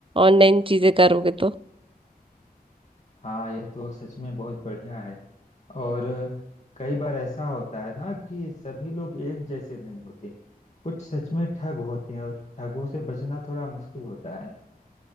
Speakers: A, on the right (about 35°); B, on the left (about 45°).
A: ऑनलाइन चीजें करोगे तो
B: हाँ यह तो सच में बहुत बढ़िया है और कई बार ऐसा होता है ना कि सभी लोग एक जैसे नहीं होते कुछ सच में ठग होते हैं और ठगों से बचना थोड़ा मुश्किल होता है